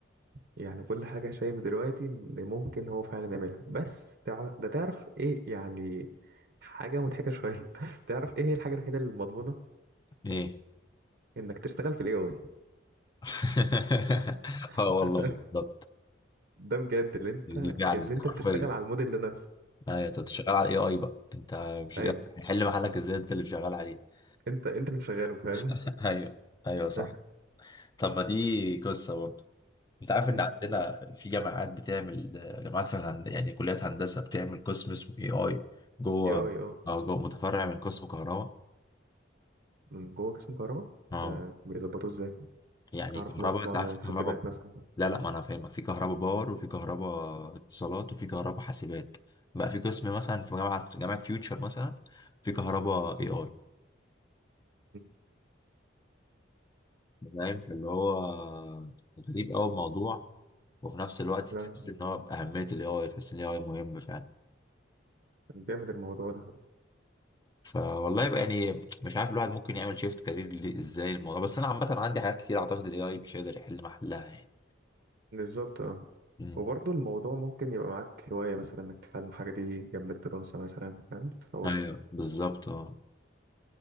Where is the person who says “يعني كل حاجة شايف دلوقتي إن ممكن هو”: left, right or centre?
Right